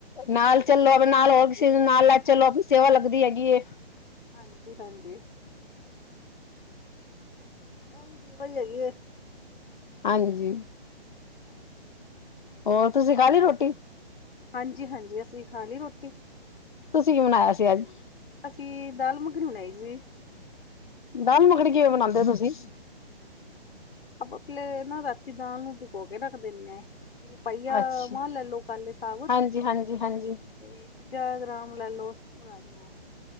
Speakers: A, on the left (about 50°); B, on the left (about 65°).
A: ਨਾਲ
B: ਹਾਂਜੀ
A: ਚੱਲੋ ਆਪ ਨਾਲ ਹੋਰ ਕਿਸੇ ਨੂੰ ਨਾਲ ਲੈ ਚੱਲੋ ਆਪਣੀ ਸੇਵਾ ਲੱਗਦੀ ਹੈਗੀ ਐ।
B: ਹਾਂਜੀ, ਹਾਂਜੀ। ਇਹ ਵੀ ਸੇਵਾ ਈ ਹੈਗੀ ਏ।
A: ਹਾਂਜੀ।
B: ਹਾਂਜੀ।
A: ਹੋਰ ਤੁਸੀਂ ਖਾ ਲਈ ਰੋਟੀ?
B: ਹਾਂਜੀ, ਹਾਂਜੀ ਅਸੀਂ ਖਾ ਲਈ ਰੋਟੀ।
A: ਤੁਸੀਂ ਕੀ ਬਨਾਇਆ ਸੀ ਅੱਜ?
B: ਅਸੀਂ ਦਾਲ ਮੱਖਣੀ ਬਣਾਈ ਸੀ।
A: ਦਾਲ ਮੱਖਣੀ ਕਿਵੇਂ ਬਣਾਉਂਦੇ ਹੋ ਤੁਸੀਂ?
B: ਆਪਾਂ ਪਹਿਲੇ ਨਾ ਰਾਤੀ ਦਾਲ ਨੂੰ ਪਕੋ ਕੇ ਰੱਖ ਦਿੰਦੇ ਆ, ਜੇ ਪਹੀਆਂ
A: ਅੱਛਾ
B: ਮਾਂ ਲੈ ਲਓ ਕਾਲੇ ਸਾਵਧ।
A: ਹਾਂਜੀ ਹਾਂਜੀ ਹਾਂਜੀ
B: ਤੇ ਪੰਜਾਹ ਗ੍ਰਾਮ ਲੈ ਲੋ ਰਾਜਮਾਂ।